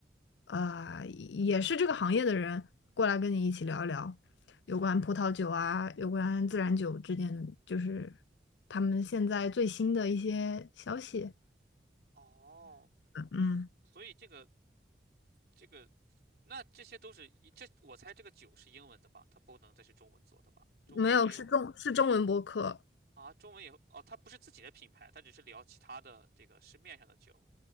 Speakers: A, on the left; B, on the right.
A: 呃也是这个行业的人过来跟你一起聊一聊有关葡萄酒啊，有关自然酒之间的就是他们现在最新的一些消息。
B: 哦，
A: 嗯，
B: 所所以这个。这个，那这些都是一这，我猜这个酒是英文的吧？它不能再是中文做的吧？中文也没有
A: 没有，是中是中文播客。
B: 啊，中文也哦，它不是自己的品牌，它只是聊其他的这个市面上的酒。